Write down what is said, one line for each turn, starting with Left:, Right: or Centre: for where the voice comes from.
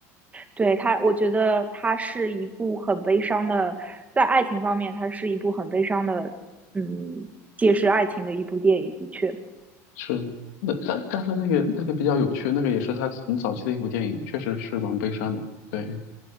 Right: 对它，我觉得它是一部很悲伤的，在爱情方面，它是一部很悲伤的，嗯，揭示爱情的一部电影，的确。
Left: 是，那但但是那个那个比较有趣，那个也是他很早期的一部电影，确实是蛮悲伤的。对，